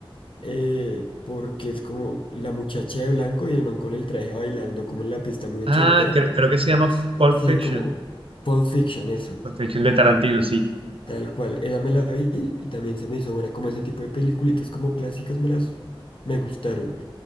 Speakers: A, on the left; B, on the right.
A: eh, porque es como la muchacha de blanco y el man con el traje bailando como en la pista muy ochentera.
B: Ah, cre- creo que se llama Pulp
A: Sí,
B: Fiction.
A: como Pulp Fiction, eso,
B: Pulp Fiction de Tarantino, sí.
A: tal cual. Esa me la vi y también se me hizo buena, como ese tipo de peliculitas como clásicas me las me gustaron.